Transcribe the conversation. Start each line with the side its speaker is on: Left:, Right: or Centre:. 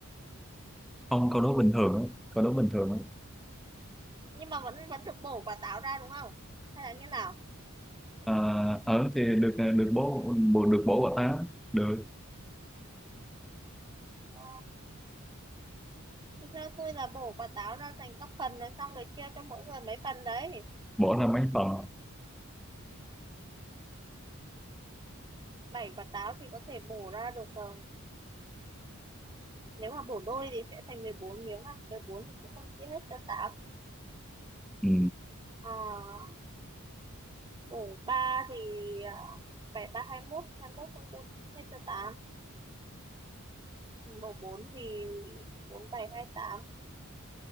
Centre: không câu đố bình thường á, câu đố bình thường á.
Right: nhưng mà vẫn vẫn được bổ quả táo ra đúng không hay là như nào
Centre: Ờ, ở thì được ờ, được bố bố- được bố của tám được
Right: Ờ, Thì theo tôi là bổ quả táo ra thành các phần rồi xong rồi chia cho mỗi người mấy phần đấy.
Centre: bố là mấy phần
Right: bảy quả táo thì có thể bổ ra được ờ, nếu mà bổ đôi thì sẽ thành 14 miếng à. mười bốn thì cũng không chia hết cho 8.
Centre: ừ.
Right: À, bổ 3 thì ờ, bảy ba hai mốt hai mốt không chia hết cho tám Bổ 4 thì 4 7 8